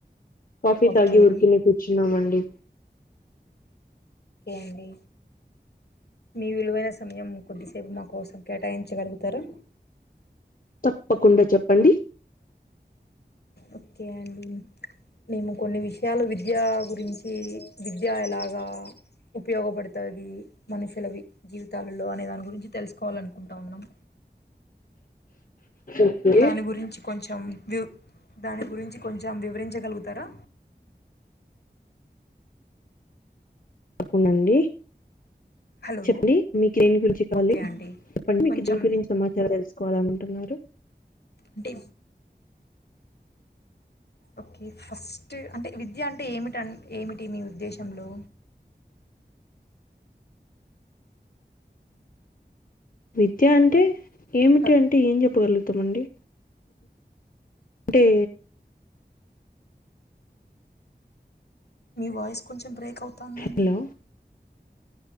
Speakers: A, on the left; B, on the left.
A: కాఫీ
B: ఓకే
A: తాగి ఉరికెనే కూర్చున్నామండి.
B: ఓకె అండి మీ విలువైన సమయం కొద్దిసేపు మా కోసం కేటాయించగలుగుతారా
A: తప్పకుండ చెప్పండి
B: ఓకె అండి మేము కొన్ని విషయాలు విద్య గురించి విద్య ఎలాగ ఉపయోగపడుతాది మనుషులవి జీవితాలలో అనే దాని గురించి తెలుసుకోవాలనుకుంటా ఉన్నాం
A: ఓకే
B: దానిగురించి కొంచెం వివ్ దాని గురించి కొంచెం వివరించ గలుగుతారా
A: తప్పకుండా అండి
B: హలో
A: చెప్పండి మీకీ దేని గురించి కావాలి
B: ఓకే అండి
A: చెప్పండి మీకు
B: కొంచెం
A: దేని గురించి సమాచారం తెలుసుకోవాలనుకుంటున్నారు
B: అంటే ఓకే ఫస్ట్ అంటే విద్య అంటే ఏమిటి ఏమిటి మీ ఉద్దేశంలో
A: విద్య అంటే ఏమిటి
B: హ
A: అంటే ఏం చెప్పగలుగుతామండి టే
B: మీ వాయిస్ కొంచెం బ్రేక్ అవుతుందండి
A: హలో